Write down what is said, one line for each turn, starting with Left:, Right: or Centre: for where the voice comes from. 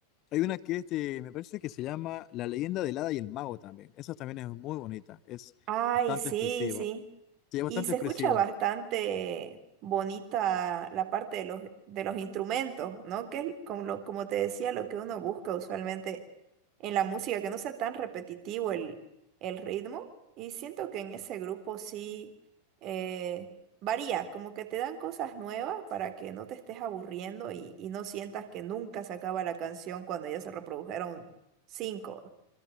Left: hay una que es de- me parece que se llama La leyenda del hada y el mago también. Esa también es muy bonita, es
Right: Ay,
Left: bastante
Right: sí,
Left: expresiva.
Right: sí.
Left: Sí, es bastante
Right: Y se
Left: expresiva.
Right: escucha bastante bonita la parte de los, de los instrumentos, ¿no? Que es como, lo- como te decía, lo que uno busca usualmente en la música, que no sea tan repetitivo el, el ritmo. Y siento que en ese grupo sí eh, varía, como que te dan cosas nuevas para que no te estés aburriendo y, y no sientas que nunca se acaba la canción cuando ya se reprodujeron cinco.